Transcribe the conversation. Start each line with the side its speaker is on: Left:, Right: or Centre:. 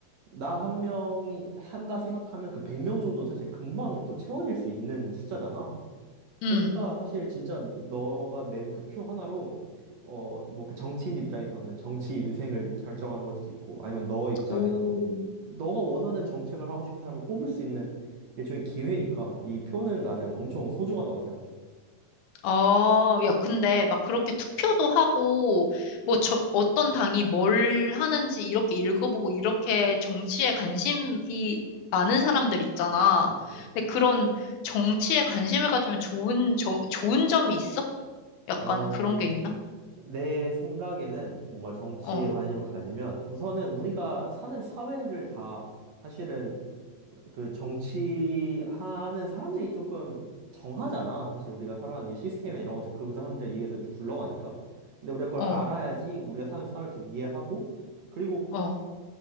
Right: 나 한 명이 한다 생각하면 그 백 명 정도는 사실 금방 또 채워질 수 있는 숫자잖아.
Left: 음,
Right: 그러니까 사실 진짜 너가 낸 그 표 하나로 어 뭐 그 정치인들 입장에서는 정치 인생을 결정하는 걸 수도 있고 아니면 너 입장에서도
Left: 오.
Right: 너가 원하는 정책을 하고 싶은 사람을 뽑을 수 있는 일종의 기회니까 이 표는 나는 엄청 소중하다고 생각해.
Left: 아, 야, 근데 막 그렇게 투표도 하고, 뭐, 저, 어떤 당이 뭘 하는지 이렇게 읽어보고, 이렇게 정치에 관심이 많은 사람들 있잖아.
Right: 그치?
Left: 근데 그런 정치에 관심을 가지면 좋은, 저, 좋은 점이 있어? 약간
Right: 어,
Left: 그런 게 있나?
Right: 내 생각에는 뭔가 정치에
Left: 어,
Right: 관심을 가지면 우선은 우리가 사는 사회를 다 사실은 그 정치하는 사람들이 조금 정하잖아. 사실 우리가 살아가는 이 시스템이나 이런 것들 그 사람들에 의해서 굴러가니까. 근데 우리가 그걸
Left: 어,
Right: 알아야지 우리가 사는 사회를 또 이해하고 그리고
Left: 어,